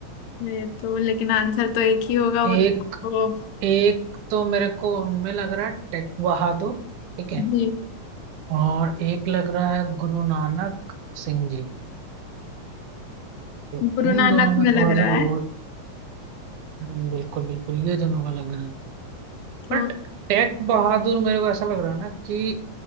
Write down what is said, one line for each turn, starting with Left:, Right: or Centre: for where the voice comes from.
Left: ये तो लेकिन आंसर तो एक ही होगा वो
Right: एक
Left: वो
Right: एक तो मेरे को उनमें लग रहा है टेक बहादुर ठीक है
Left: जी
Right: और एक लग रहा है गुरु नानक सिंह जी तो
Left: गुरु
Right: इन
Left: नानक
Right: दोनों में
Left: में लग
Right: थोड़ा सा
Left: रहा
Right: वो
Left: है
Right: हम्म, बिल्कुल बिल्कुल ये दोनों का लग रहा है
Left: तो
Right: बट टेक बहादुर मेरे को ऐसा लग रहा है ना कि